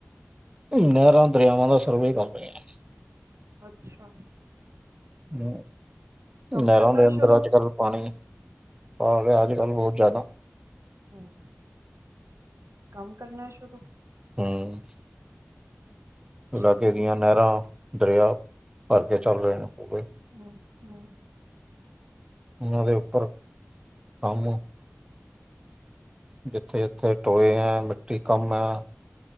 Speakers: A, on the right; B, on the right.
A: ਨਹਿਰਾਂ, ਦਰਿਆਵਾਂ ਦਾ ਸਰਵੇ ਕਰ ਰਹੇ ਆਂ।
B: ਅੱਛਾ।
A: ਹੂੰ,
B: ਕੰਮ
A: ਨਹਿਰਾਂ
B: ਕਰਨਾ
A: ਦੇ ਅੰਦਰ
B: ਸ਼ੁਰੂ।
A: ਅੱਜ-ਕੱਲ੍ਹ ਪਾਣੀ ਆ ਗਿਆ, ਅੱਜ-ਕੱਲ੍ਹ ਬਹੁਤ ਜ਼ਿਆਦਾ
B: ' <inaudible> ' ਕੰਮ ਕਰਨਾ ਸ਼ੁਰੂ।
A: ਹਮ।
B: ਅੱਛਾ।
A: ਇਲਾਕੇ ਦੀਆਂ ਨਹਿਰਾਂ, ਦਰਿਆ ਭਰ ਕੇ ਚੱਲ ਰਹੇ ਨੇ ਪੂਰੇ
B: ਹੂੰ-ਹੂੰ।
A: ਉਹਨਾਂ ਦੇ ਉੱਪਰ ਕੰਮ ਜਿੱਥੇ-ਜਿੱਥੇ ਟੋਏ ਆਂ ਮਿੱਟੀ ਕੰਮ ਐਂ।